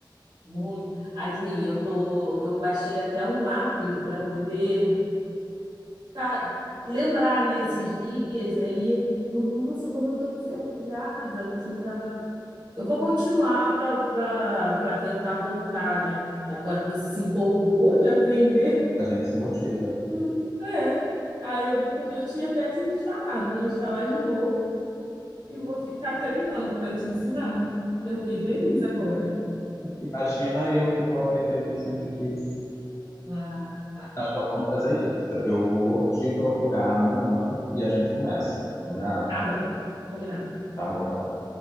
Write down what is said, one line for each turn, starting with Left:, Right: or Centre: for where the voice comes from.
Right: Muito. Assim, eu tô, eu baixei até um app para poder tá, lembrar, né, esses dias aí. Eu, Nossa, como eu tô enferrujada, mas eu já, eu vou continuar para para para tentar voltar, né? E Agora que você se empolgou de aprender,
Left: A gente se motiva.
Right: <laughs> é. Aí eu vou, con- eu tinha até desinstalado, vou instalar de novo e vou ficar treinando para te ensinar. Eu fiquei feliz agora.
Left: Imagina eu que vou aprender o que eu sempre quis.
Right: Ah,
Left: Não, então vamos fazer isso. Eu vou te procurar amanhã e a gente começa. Combinado?
Right: tá bom, combinado.
Left: Tá bom, então.